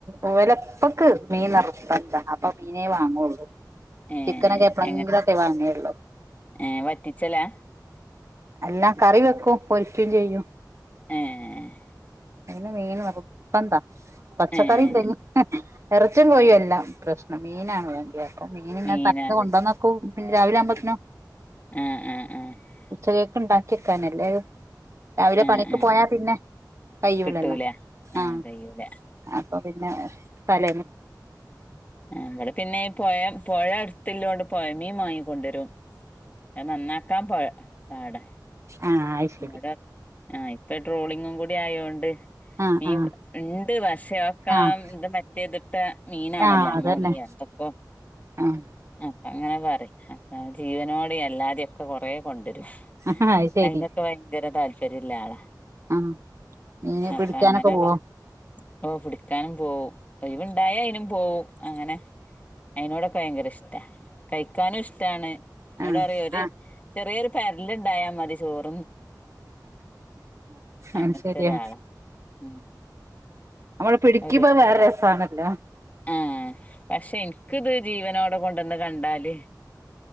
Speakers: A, on the right; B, on the left.
A: ഒലെ ഉപ്പയ്ക്ക് മീൻ നിർബന്താ അപ്പൊ മീനേ വാങ്ങുള്ളു
B: ഏഹ്
A: ചിക്കനൊക്കെ എപ്പഴെങ്കിലുംക്കെ
B: എങ്ങ
A: വാങ്ങിയള്ളൂ
B: ഏഹ് വറ്റിച്ചലാ
A: എല്ലാ കറി വെക്കും പൊരിക്കയും ചെയ്യും
B: <unintelligible> ആഹ
A: <unintelligible> അെ മീനപ്പ എന്താ പച്ചക്കറി
B: ഏഹ്
A: ഇന്തെ ഇറച്ചിയും കോഴിയും അല്ല പ്രശ്നം മീനാണ് വേണ്ടിയ അപ്പ മീൻ <unintelligible> ഇങ്ങെ
B: മീനാലെ
A: <unintelligible> തന്നത് കൊണ്ട ന്നെക്കും <unintelligible> ഇല്ല രാവിലെ <unintelligible> ആകുമ്പോത്തിനോ
B: ഉം ഉ ഉ <unintelligible>
A: കേക്ക് ഉണ്ടാക്കി വെക്കാനല്ലേ രാവിലെ
B: ആഹ്
A: പണിക്ക്
B: ആഹ്
A: പോയാ പിന്നെ കയ്യൂലല്ലോ
B: കിട്ടൂല ആഹ്
A: ആഹ
B: കയ്യൂല
A: അപ്പൊ പിന്നെ <unintelligible> തലേന്ന്
B: ഇവിടെ പിന്നെ പുഴ പുഴ അടുത്തുള്ള തോണ്ട് പുഴമീൻ വാങ്ങി കൊണ്ടുവരും അത് നന്നാക്കാൻ <unintelligible> പോ പാടാ
A: ആഹ് അയ്ശരി
B: എന്നോട് പറഞ്ഞു ആ ഇപ്പൊ ട്രോളിങ്ങും കൂടി ആയോണ്ട്
A: ആഹ്
B: മീൻ
A: ആഹ്
B: ഉണ്ട് <unintelligible> പഷൊക്കെ
A: ആഹ്
B: ഇത് മറ്റേതിട്ട മീനാണല്ലോ
A: ആഹ് അതന്നെ
B: മോണിയ പ്പ
A: ആഹ്
B: അപ്പൊ അങ്ങനെ പറയും അപ്പ ജീവനോടെ എല്ലാതെയും ഒ കൊറെ കൊണ്ടുവരും
A: അത് ശരി
B: അതിനൊക്കെ ഭയങ്കര താല്പര്യം ഇല്ല ആളാ
A: ആഹ് മീന്
B: അപ്പൊ
A: പിടിക്കാനൊക്കെ
B: അങ്ങനെ
A: പോവോ
B: പറിം ഓ പിടിക്കാനും പോവും ഒഴിവുണ്ടായാൽ അയിനും പോവും അങ്ങനെ അതിനോടൊക്കെ ഭയങ്കര ഇഷ്ടാ കഴിക്കാനും ഇഷ്ടാണ് എന്നോട്
A: ആഹ്
B: പറയും ഒരു
A: ആഹ്
B: ചെറിയൊരു പരൽ ഉണ്ടായാ മതി ചോറ് അങ്ങനത്തെ
A: അത് ശരിയാ
B: ഒരാളാ ഉം
A: നമ്മള് പിടിക്കുമ്പോ
B: ഒരു
A: വേറെ രസാണല്ലോ
B: ആഹ് പക്ഷെ എനിക്കിത് ജീവനോടെ കൊണ്ടന്ന് കണ്ടാല്